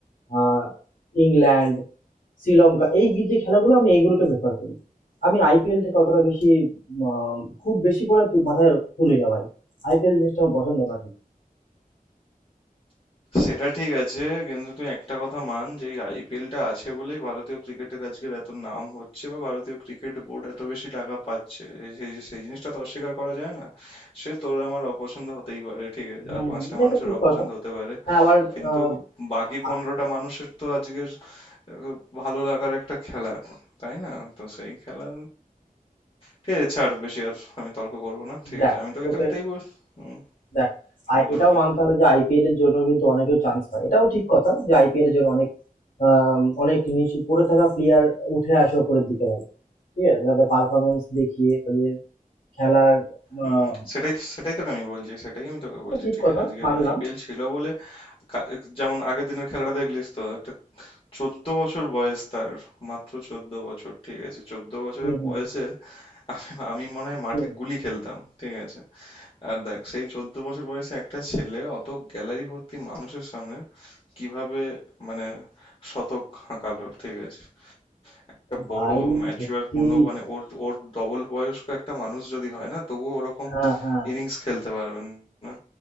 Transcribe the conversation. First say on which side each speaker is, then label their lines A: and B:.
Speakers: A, on the left; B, on the left.
A: আহ, ইংল্যান্ড, শ্রীলঙ্কা এই গি- যে খেলাগুলো আমি এইগুলোকে প্রেফার করি। আমি আইপিএলটাকে অতটা বেশি আহ, খুব বেশি করে তু- মাথায় তুলি না ভাই। আইপিএল জিনিসটা আমার পছন্দ না ঠিক।
B: সেটা ঠিক আছে কিন্তু তুই একটা কথা মান যে এই আইপিএলটা আছে বলেই ভারতীয় ক্রিকেটের আজকের এত নাম হচ্ছে বা ভারতীয় ক্রিকেট বোর্ড এত বেশি টাকা পাচ্ছে এই- সেই সেই জিনিসটা তো অস্বীকার করা যায় না সে তোর আর আমার অপছন্দ হতেই পারে ঠিক আছে
A: হম
B: আর পাঁচটা
A: হম, এটা
B: মানুষের
A: ঠিক
B: অপছন্দ
A: কথা।
B: হতে পারে
A: হ্যাঁ আবার
B: কিন্তু
A: আহ,
B: বাকি
A: আ-
B: পনেরোটা মানুষের তো আজকের আহ, ভালো লাগার একটা খেলা তাই না তো সেই খেলা ঠিক আছে ছাড় বেশি আর আমি তর্ক করবো না ঠিক
A: দেখ
B: আছে আমি তোকে
A: তোকে
B: খালি এটাই বল হুম,
A: দেখ আর
B: বলবো
A: এটাও মানতে হবে যে আইপিএল এর জন্য কিন্তু অনেকেও চান্স পায় এটাও ঠিক কথা যে আইপিএল এর জন্য অনেক আম, অনেক নিচু পড়ে থাকা প্লেয়ার উঠে আসে ওপরের দিকে ভাই ঠিক আছে তাদের পারফরমেন্স দেখিয়ে তাদের খেলার
B: হুম
A: আম,
B: সেটাই তো সেটাই তোকে আমি বলছি সেটাই আমি তোকে
A: এটা
B: বলছি
A: ঠিক
B: ঠিক
A: কথা
B: আছে আজকের
A: মানলাম
B: আইপিএল ছিল বলে কা- যেমন আগের দিনের খেলাটা দেখলিস তো একটা চোদ্দ বছর বয়স তার মাত্র চোদ্দ বছর ঠিক আছে চোদ্দ বছরের
A: হুম হুম
B: বয়সে
A: হুম
B: আমি আমি মনে হয় মাঠে
A: হুম।
B: গুলি খেলতাম ঠিক আছে আর দেখ সেই চোদ্দ বছর বয়সে একটা ছেলে অত গ্যালারি ভর্তি মানুষের সামনে কিভাবে মানে শতক হাঁকালো ঠিক আছে একটা
A: ভাই
B: বড় ম্যাচিওর
A: সত্যি
B: পূর্ণ মানে ওর ওর ডবল বয়স্ক একটা মানুষ যদি হয় না তবুও ওরকম
A: হ্যাঁ হ্যাঁ
B: ইনিংস খেলতে পারবেন না